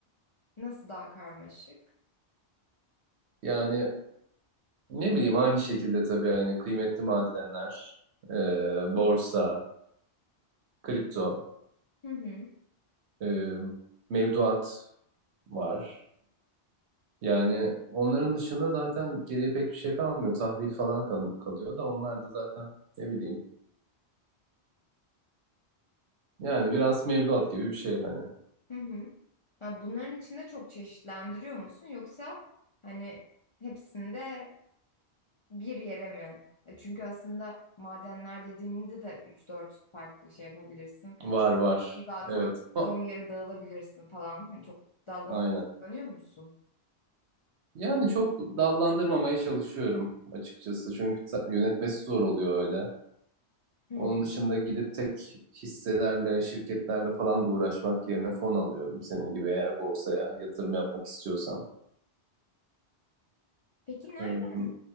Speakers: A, on the left (about 50°); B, on the right (about 75°).
A: Nasıl daha karmaşık?
B: Yani ne bileyim aynı şekilde tabii yani kıymetli madenler, e, borsa, kripto,
A: Hı hı.
B: e, mevduat var. Yani onların dışında zaten geriye pek bir şey kalmıyor. Tahvil falan kal- kalıyor da onlar da zaten ne bileyim. Yani biraz mevduat gibi bir şey hani.
A: Hı hı. Ya bunların içinde çok çeşitlendiriyor musun yoksa hani hepsinde bir yere mi? E Çünkü aslında madenler dediğinde de üç dört farklı şey yapabilirsin.
B: Var var.
A: Zaten
B: Evet. Ama-
A: 10 yere dağılabilirsin falan. Hani çok dallanıp
B: Aynen.
A: kullanıyor musun?
B: Yani çok dallandırmamaya çalışıyorum açıkçası. Çünkü ta- yönetmesi zor oluyor öyle.
A: Hı
B: Onun
A: hı.
B: dışında gidip tek hisselerle, şirketlerle falan da uğraşmak yerine fon alıyorum. Senin gibi eğer borsaya yatırım yapmak istiyorsam.
A: Peki nereden
B: Ee,